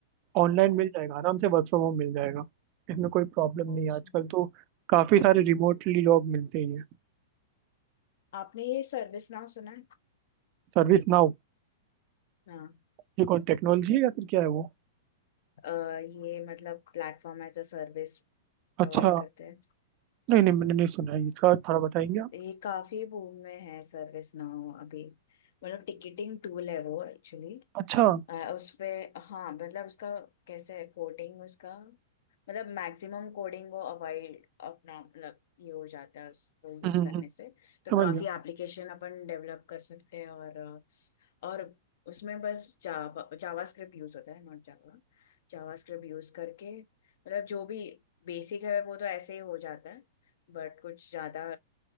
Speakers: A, on the right; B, on the left.
A: ऑनलाइन
B: हम्म
A: मिल जाएगा आराम से वर्क फ्रॉम होम मिल जाएगा इसमें कोई प्रॉब्लम
B: अच्छा
A: नहीं है आजकल तो काफ़ी सारे रिमोटली जॉब मिलते ही हैं
B: आपने ये सर्विस नाउ सुना है
A: सर्विस ना
B: हाँ
A: ये कौन टेक्नोलॉजी है या फिर क्या है वो
B: अ, ये मतलब platform as a service
A: अच्छा
B: provide करते हैं
A: नहीं नहीं मैंने नहीं सुना है इसका थोड़ा बताएंगे आप
B: ये काफी बूम में है सर्विस नाउ अभी मतलब टिकटिंग टूल है वो एक्चुअली
A: अच्छा हम्म
B: उसपे हाँ मतलब उसका कैसे है कोडिंग उसका मतलब मैक्सिमम कोडिंग वो अवॉइड अपना मतलब ये हो जाता है उसको यूज
A: हम्म,
B: करने
A: हम्म,
B: से तो
A: समझ
B: काफी
A: गया
B: एप्लीकेशन अपन डेवलप कर सकते हैं और अ, और उसमें बस जावा जावा स्क्रिप्ट यूज होता है not Java JavaScript use करके मतलब जो भी बेसिक है वो तो ऐसे ही हो जाता है बट कुछ ज्यादा